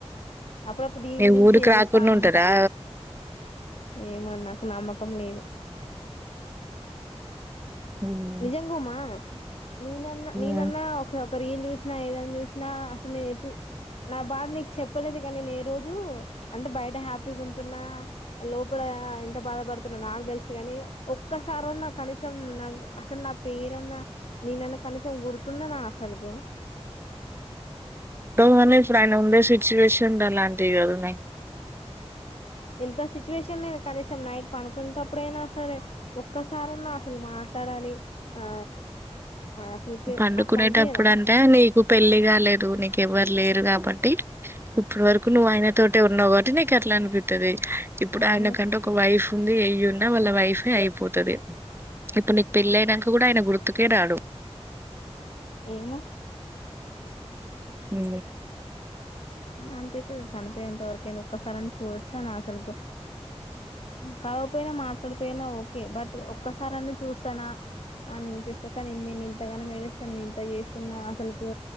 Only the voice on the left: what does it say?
అప్పుడప్పుడు దీని
గురించి
ఏడుస్తా
ఉంటా ఏమో నాకు నమ్మకం లేదు
నిజంగ ఉమా నినన్నా ననన్నా
ఒక ఒక రిల్ చూసిన ఏదన్న చూసిన అసల్ నిను ఎట్ నా బాధ నీకు చెప్పలేదు కానీ నేను ఏ రోజు అంటే బయట హ్యాపీగా ఉంటున్నా లోపల ఎంత బాధపడుతున్నా నాకు తెలుసు కాని ఒక్కసారన్న కనీస్ సం నా అసలు నా పేరన్నా నేనన్నా కనీసం గుర్తున్నానా అసలుకు <inaudible>
ఎంత సిచ్యువేషన్ నేను కనీసం నైట్ పనుకునేప్పుడైనా అసలే ఒక్కసారి ఉన్నా అసలు మాట్లాడాలి ఆ అసలుకి
అట్లా అనిపియదా
అవునులే
ఏమో
అనిపోతది చనిపోయేంత వరకైనా ఒక్కసారి అని చూడచ్చాన అసలు కాకపోయినా మాట్లాడిపోయినా ఓకే బట్ ఒక్కసార అన్న చూస్తాన అని అనిపిస్తాక నేను నేను ఇంతగానం <unintelligible> స్తాను నేను ఇంత చేస్తున్నా అసలుకు